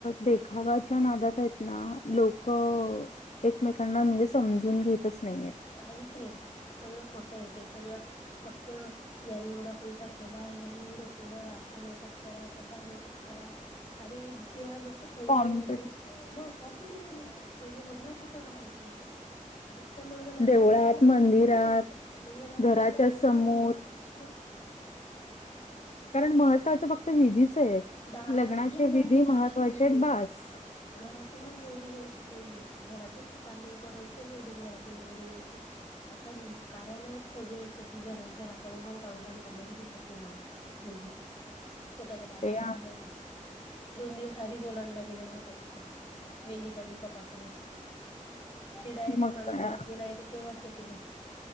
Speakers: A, on the left; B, on the left.
A: देखावाच्या नादात आहेत ना लोकं एकमेकांना म्हणजे समजून घेतच नाहीेत.
B: काहीच नाही सगळं खोटं य ते सगळं फक्त याने एवढा पैसा केला या एवढं केलं असा मेकअप करा तसा मेकअप करा. अरे ज्या गोष्टी पहिले
A: कॉम्पिट
B: लग्न मग कॉम्पिटिशन ना पहिले लग्न कुठं व्हायचे.? नुसतं मंगलाष्टक
A: देवळात,
B: झालं
A: मंदिरात,
B: ह मंगलाष्टकला
A: घराच्या
B: एवढं
A: समोर
B: महत्व होतं मग.
A: कारण महत्वाच फक्त विधीच आहेत
B: दारातूनच
A: लग्नाची विधी
B: नवरी जायची
A: महत्वाचे
B: पहिली
A: आहेत बास.
B: घरातूनच नवरी जायची पहिली घरातच ते तांदूळ पडायचे मग घरातून नवरी जायची. आता न कार्यालयात सगळं होतं की घ घराचा उंबरठा ओलांडताना बी दिसत नाही नवरी. मुलगी स्वतःच्या बापाचा
A: ते
B: उंबरठा
A: आ
B: दोन दिवस आधीच ओलांडला गेलेला राहतो तिचा वाला. मेहंदीच्या दिवसापासूनच ती डायरेक्ट
A: मग
B: मांडव
A: काय
B: परतनिला येते तेव्हाच जाते घरी